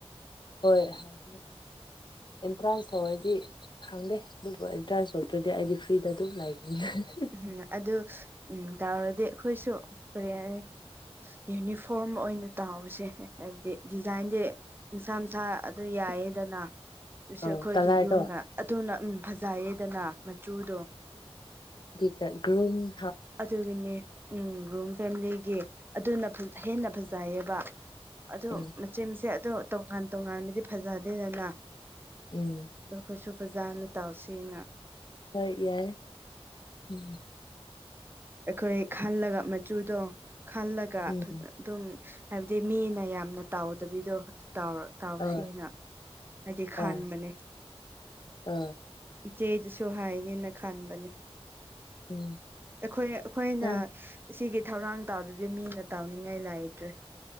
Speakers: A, on the left (about 45°); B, on the right (about 20°).
A: ꯍꯣꯏ ꯑ ꯍꯥꯏꯥ ꯑꯦꯟꯇ꯭ꯔꯥꯟꯁ ꯊꯣꯛꯧ ꯑꯩꯗꯤ ꯈꯪꯗꯦ ꯑꯗꯨꯕꯨ ꯑꯦꯟꯇ꯭ꯔꯥꯟꯁ ꯊꯣꯛꯧꯗ꯭ꯔꯗꯤ ꯑꯩꯗꯤ ꯐ꯭ꯔꯤꯗ ꯑꯗꯨꯝ ꯂꯩꯒꯦ ꯎ <unintelligible>
B: ꯎꯝ ꯑꯗꯨ ꯎꯝ ꯇꯥꯔꯗꯤ ꯑꯩꯈꯣꯏꯁꯨ ꯀꯔꯤ ꯍꯥꯏ ꯌꯨꯅꯤꯐꯣꯔꯝ ꯑꯣꯏꯅ ꯇꯥꯎꯁꯦ ꯍꯥꯏꯕꯗꯤ ꯗꯤꯖꯥꯏꯟꯗꯤ ꯃꯁꯥ ꯃꯅꯨꯡꯁꯥ ꯑꯗꯨ ꯌꯥꯏꯌꯦꯗꯅ ꯑꯗꯨꯁꯨ
A: ꯑꯣ
B: ꯑꯩꯈꯣꯏꯒꯤ
A: ꯀꯂꯔꯗꯣ
B: ꯌꯨꯝꯗ ꯑꯗꯨꯅꯝ ꯐꯖꯩꯌꯦꯗꯅ ꯃꯆꯨꯗꯣ
A: ꯀꯒꯨꯝ
B: ꯑꯗꯨꯒꯤꯅꯤ ꯎꯝ ꯒ꯭ꯔꯨꯝ ꯐꯦꯃꯤꯂꯤꯒꯤ ꯑꯗꯨꯅ ꯍꯦꯟꯅ ꯐꯖꯩꯌꯦꯕ ꯑꯗꯨ
A: ꯎꯝ
B: ꯃꯆꯦ ꯃꯁꯦ ꯑꯗꯣ ꯇꯣꯉꯥꯟ ꯇꯣꯉꯥꯟꯕꯗꯤ ꯐꯖꯗꯦꯗꯅ
A: ꯎꯝ
B: ꯑꯗ ꯑꯩꯈꯣꯏꯁꯨ ꯄꯨ꯭ꯔꯖꯥꯅ ꯇꯥꯎꯁꯤꯅ
A: ꯑꯣꯏꯣꯏ ꯌꯥꯥꯏꯝ
B: ꯑꯩꯈꯣꯏ ꯈꯜꯂꯒ ꯃꯆꯨꯗꯣ ꯈꯜꯂꯒ
A: ꯎꯝ
B: ꯑꯗꯨꯝ ꯍꯥꯏꯕꯗꯤ ꯃꯤꯅ ꯌꯥꯝꯅ ꯇꯥꯎꯗꯕꯤꯗꯣ ꯇꯥꯎꯁꯤꯅ
A: ꯑ
B: ꯍꯥꯏꯗꯤ ꯈꯥꯟꯕꯅꯦ
A: ꯑ ꯑ
B: ꯆꯦꯖꯁꯨ ꯍꯥꯏꯒꯦꯅ ꯈꯟꯕꯅꯦ
A: ꯎꯝ
B: ꯑꯩꯈꯣꯏ ꯑꯩꯈꯣꯏꯅ
A: ꯌꯥꯝ
B: ꯁꯤꯒꯤ ꯊꯧꯔꯥꯡ ꯇꯧꯗꯨꯗꯤ ꯃꯤꯅ ꯇꯥꯎꯅꯤꯡꯉꯥꯏ ꯂꯩꯇ꯭ꯔꯦ